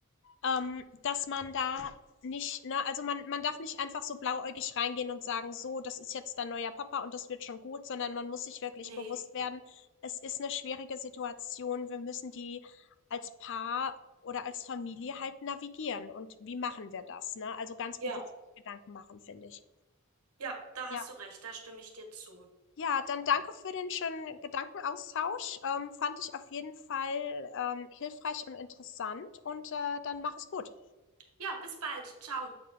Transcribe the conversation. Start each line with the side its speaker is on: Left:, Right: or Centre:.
Left: ähm, dass man da nicht, ne, also man, man darf nicht einfach so blauäugig reingehen und sagen, so, das ist jetzt dein neuer Papa und das wird schon gut, sondern man muss sich wirklich
Right: Nee,
Left: bewusst werden, es ist eine schwierige Situation, wir müssen die als Paar oder als Familie halt navigieren. Und wie machen wir das, ne? Also ganz
Right: Ja.
Left: bewusst Gedanken machen, finde ich.
Right: ja, da
Left: Ja.
Right: hast du recht, da stimme ich dir zu.
Left: Ja, dann danke für den schönen Gedankenaustausch. Ähm, fand ich auf jeden Fall, ähm, hilfreich und interessant und, äh, dann mach es gut.
Right: Ja, bis bald. Ciao.